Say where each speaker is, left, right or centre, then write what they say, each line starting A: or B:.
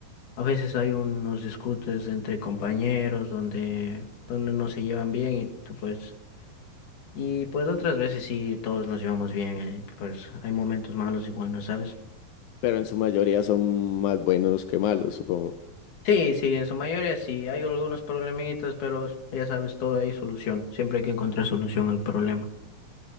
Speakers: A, on the left; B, on the left.
A: a veces hay unos discutes entre compañeros donde, donde no se llevan bien y tú, pues, y pues otras veces sí todos nos llevamos bien, eh, pues hay momentos malos y buenos, ¿sabes?
B: Pero en su mayoría son más buenos que malos, supongo.
A: Sí, sí, en su mayoría sí, hay algunos problemitas, pero ya sabes, todo hay solución, siempre hay que encontrar solución al problema.